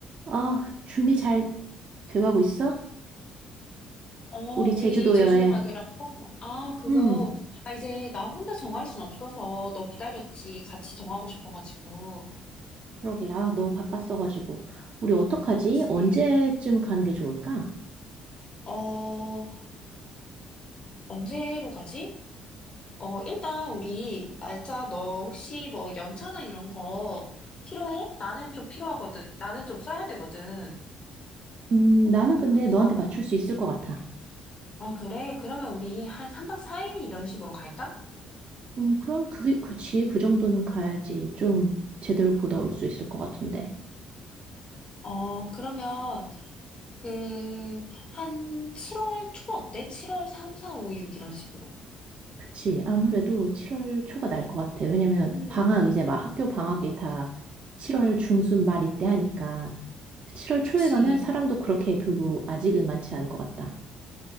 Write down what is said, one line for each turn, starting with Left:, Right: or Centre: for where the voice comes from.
Right: 아, 준비 잘 돼가고 있어?
Left: 어, 우리
Right: 우리 제주도
Left: 제주도
Right: 여행.
Left: 가기라고? 아, 그거,
Right: 음,
Left: 아, 이제 나 혼자 정할 순 없어서 너 기다렸지. 같이 정하고 싶어가지고.
Right: 그러게. 아, 너무 바빴어가지고. 우리 어떡하지?
Left: 그치.
Right: 언제쯤 가는 게 좋을까?
Left: 어, 언제로 가지? 어, 일단 우리 날짜 너 혹시 뭐 연차나 이런 거 필요해? 나는 좀 필요하거든. 나는 좀 써야 되거든.
Right: 음, 나는 근데
Left: 그래서,
Right: 너한테 맞출 수 있을 것 같아.
Left: 아, 그래? 그러면 우리 한 3박 4일 이런 식으로 갈까?
Right: 음, 그럼 그게, 그치. 그 정도는 가야지. 좀 제대로 보다 올 수 있을 것 같은데.
Left: 어, 그러면, 그, 한 7월 초 어때? 7월 3, 4, 5, 6 이런 식으로.
Right: 그치. 아무래도 7월 초가 날 것 같아. 왜냐면
Left: 응,
Right: 방학,
Left: 응,
Right: 이제 막 학교 방학이 다 7월 중순 말 이때 하니까. 7월
Left: 그치.
Right: 초에 가면 사람도 그렇게 별로 아직은 많지 않을 것 같다.